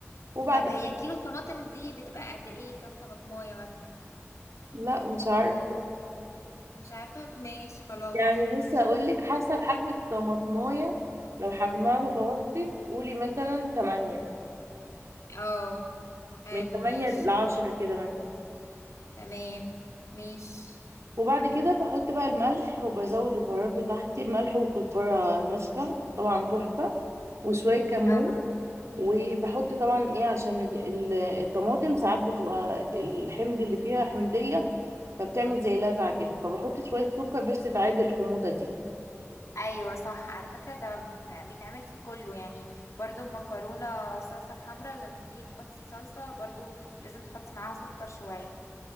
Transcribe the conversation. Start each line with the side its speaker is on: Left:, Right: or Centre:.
Right: وبعد
Left: طب هي كيلو طماطم دي بتبقى قد ايه كام طماطمايه مثلا
Right: لا مش عارف
Left: مش عارفة ماشي خلاص
Right: يعني بصي هقول لك حسب حجم الطماطمايه لو حجمها متوسط قولي مثلا 8
Left: اه حلو
Right: من 8
Left: ماشي
Right: ل 10 كده مثلا
Left: تمام ماشي
Right: وبعد كده بحط بقى الملح وبزود البهارات بتاعتي ملح وكزبره ناشفه طبعا تحفه وشويه كمون
Left: اه
Right: وبحط طبعا ايه عشان ال- ال- الطماطم ساعات بتبقى الحمض اللي فيها حمضية فبتعمل زي لذعة كده فبحط شوية سكر بس تعادل الحموضة دي
Left: ايوه صح على فكره ده ب- بيتعمل في كله يعني برضو المكرونه صلصه الحمراء لما تيجي تحطي صلصه برضو لازم تحطي معاها سكر شويه